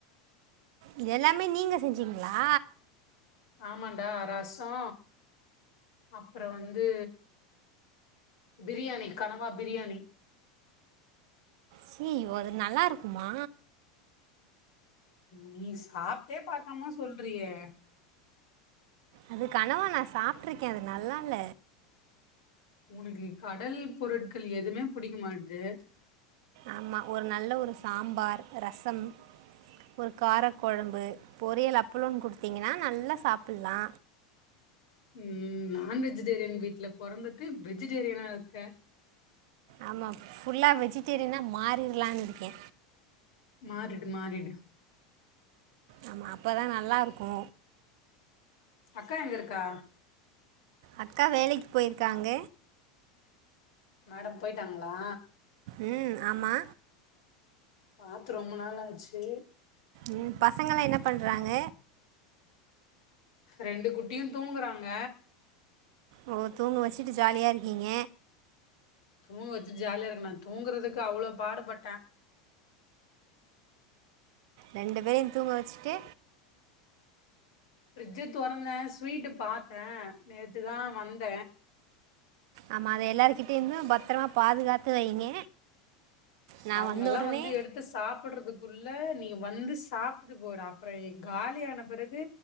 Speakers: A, on the right; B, on the left.
A: இது எல்லாமே நீங்க செஞ்சீங்களா
B: ஆமான்டா ரசோ அப்புறோ வந்து பிரியாணி கனவா பிரியாணி
A: ச்சீயோ அது நல்லா இருக்குமா
B: நீ சாப்ட்டே பாக்காம சொல்றீயே
A: அது கனவா நா சாப்ட்டுருக்கே அது நல்லால்ல
B: ஒனக்கு கடல் பொருட்கள் எதுமே பிடிக்க மாட்டுது
A: ஆமாம் ஒரு நல்ல ஒரு சாம்பார் ரசம் ஒரு காரக் கொழம்பு பொறியல் அப்பளோன்னு குடுத்தீங்கன்னா நல்லா சாப்பட்லா
B: ம் நான் வெஜிடேரியன் வீட்ல பொறந்துட்டு வெஜிடேரியனா இருக்க
A: ஆமா ஃபுல்லா வெஜிடேரியனா மாரிற்லான் இருக்கே
B: மாறிடு மாறிடு
A: ஆமா அப்ப தா நல்லாருக்கு
B: அக்கா எங்க இருக்கா
A: அக்கா வேலைக்கு போய்ருக்காங்க
B: மேடம் போய்ட்டாங்களா
A: ம் ஆமா
B: பாத்து ரொம்ப நாள் ஆச்சு
A: ம் பசங்கலா என்ன பண்றாங்க
B: ரெண்டு குட்டியு தூங்கறாங்க
A: ஓ தூங்க வெச்சுட்டு ஜாலியா இருக்கீங்க
B: தூங்க வெச்சுட் ஜாலியா இருக்கனா தூங்குறதுக்கு அவ்ளோ பாடுபட்ட
A: ரெண்டு பேரையு தூங்க வெச்சுட்டு
B: ஃப்ரிட்ஜ்ஜு தொறந்த ஸ்வீட்டு பாத்தே நேத்து தா வந்த
A: ஆமா அத எல்லாருக்கிட்டையு இருந்து பத்தரமா பாதுகாத்து வைங்க நான்
B: அவுங்கெல்லா
A: வந்த உடனே
B: வந்து எடுத் து சாப்ட்றதுக்குள்ள நீ வந்து சாப்ட்டு போய்டு அப்பறோ காலியான பெறகு